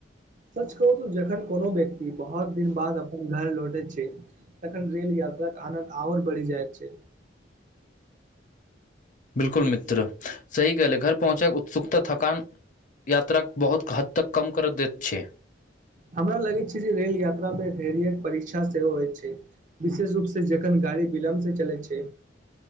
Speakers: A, on the right; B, on the left.
A: सच कहू तू जखन कोनो व्यक्ति बहुत दिन बाद अपन घर लौटै छै। तखन रेल यात्रा कऽ आनन्द आओर बैढ़ जाइत छै।
B: बिलकुल मित्र सही कहलिऐ घर पहुँचक उत्सुकता थकान यात्राक बहुत हद तक कम करऽ दैत छै।
A: हमरा लगै छै जे रेल यात्रामे धैर्यक परीक्षा सेहो होइत छै विशेष रूप से जखन गाड़ी विलम्ब से चलै छै।